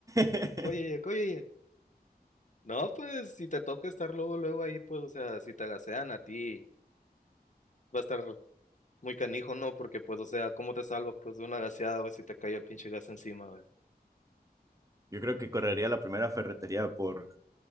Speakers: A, on the right; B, on the left.
A: oye.
B: Oye, oye, no, pues si te toca estar luego, luego ahí, pues, o sea, si te gasean a ti, va a estar muy canijo, ¿no? Porque, pues, o sea, ¿cómo te salvas, pues, de una gaseada, güey, si te cae el pinche gas encima, güey?
A: <laughs> Yo creo que correría a la primera ferretería por